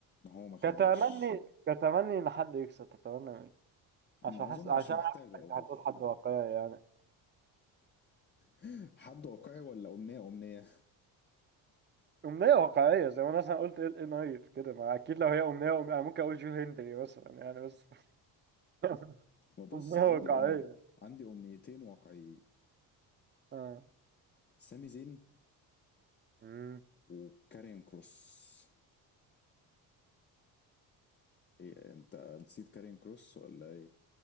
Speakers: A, on the left (about 25°); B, on the right (about 25°).
A: ان هو ما ياخدهاش
B: كتمني كتمني إن حد يكسب تتمنى عشان
A: ما
B: حاسس
A: اظن
B: عشان
A: مش محتاج
B: عارف
A: اقول
B: انت هتقول حد واقعي يعني
A: <laughs> حد واقعي ولا امنيه امنيه
B: أمنية واقعية زي ما أنا مثلا قلت إل إيه نايت كده ما أكيد لو هي أمنية وم... أنا ممكن أقول جو هنري مثلا يعني بس <laughs>
A: ببص
B: أمنية
A: عندي
B: واقعية
A: أم... عندي امنيتين واقعيين
B: آه
A: سامي زين
B: مم.
A: وكارين كروس إيه انت نسيت كارين كروس ولا ايه؟